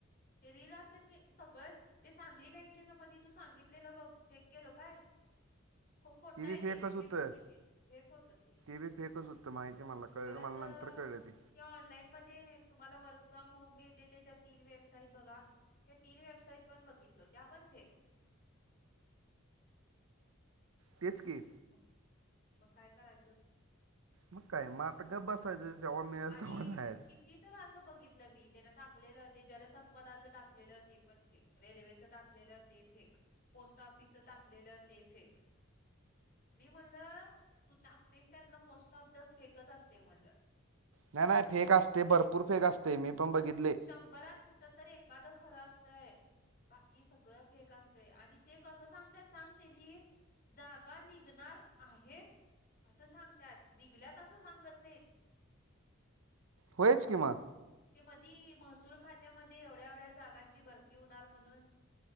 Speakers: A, on the left; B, on the right.
A: ते रील असतात क सगळं ते सांगली बँकेच मध्ये तू सांगितलेलं बघ चेक केलं काय हो खोट ये
B: बी फेकच
A: ते फेक
B: होतं
A: होत ते, फेक होत ते
B: बी फेकच होतं माहिती आहे मला कळलं
A: परत
B: मला नंतर कळलं ते
A: त्या ऑनलाईन मध्ये तुम्हाला वर्क फ्रॉम होम भ ये त्याच्या तीन वेब बसाईट बघा त्या तीन वेबसाईट पण बघितल त्या पण फेक
B: तेच की
A: मग मग काय करायचं?
B: मग काय म आता गप बसायचं. जेव्हा मिळेल
A: आणि
B: तेव्हा जायचं
A: कि ती तर असं बघितलं मी तेन टाकलेलं ते जलसंपदाचं टाकलेलं ते पण फेक रेल्वेच टाकलेलं ते फेक, पोस्ट ऑफिसच टाकलेलं ते फेक मी म्हणलं तू टाकतेस त्यातलं मोस्ट ऑफ द फेकच असते म्हणटलं.
B: नाही नाही फेक असते भरपूर फेक असते मी पण बघित
A: शंभरात कुठं तररी एखादं खरं असतंय बाकी सगळ फेक असतंय आणि ते कसं सांगत सांगते न जागा निघणार आहेत असं सांगत्यात, निघल्यात असं सांगत नाहीत.
B: होयच किं म
A: ते मधी महसूल खात्यामध्ये एवढ्या एवढ्या जागांची भरती होणार म्हणून